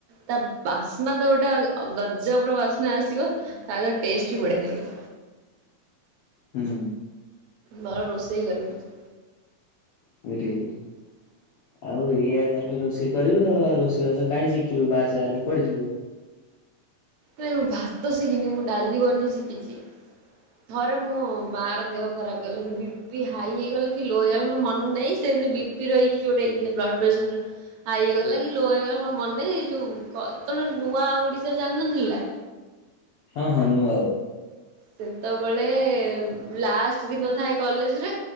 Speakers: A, on the right (about 70°); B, on the left (about 85°).
A: ତା ବାସ୍ନା ତ ଗୋଟେ ଗଜବର ବାସ୍ନା ଆସିବ ତା ଟେଷ୍ଟ ବି ବଢିଆ ଲାଗିବ।
B: ହୁଁ।
A: ଭଲ ରୋଷେଇ କରିବେ।
B: <unintelligible> ଆଉ ଏଇଆ ତାହେଲେ ରୋଷେଇ କରିବୁ ଆଉ ରୋଷେଇବାସ କାଇହିଁ ଶିଖିବୁ ବାହାସାହା ହେଲେ କୁଆଡେ ଯିବଆଉ।
A: ନାଇଁ ମୁଁ ଭାତ ଶିଖିନି ମୁଁ ଡାଲି ବନେଇ ଶିଖିଛି। ଥରେ ମୋ ମା ର ଦେହ ଖରାପ ହେଇଗଲା ବି ବିପି ହାଇ ହେଇଗଲା କି ଲୋ ହେଇଗଲା ମୋର ମନ ନାହିଁ ସେମିତି ବିପି ରହିକି ଜୋଟା ହେଇଥିଲା ବ୍ଲଡ ପ୍ରେସର ହାଇ ହେଇଗଲା କି ଲୋ ହେଇଗଲା ମୋର ମନେ ନାଇ ଯୋଉ ଯେତେବେଳେ ନୂଆ ଓଡିଶା ଚାଲି ନଥିଲା
B: ହଁ ହଁ ନୂଆ ଓ।
A: ସେତବେଳେ ଲାଷ୍ଟ ଦିନ ଥାଏ କଲେଜରେ।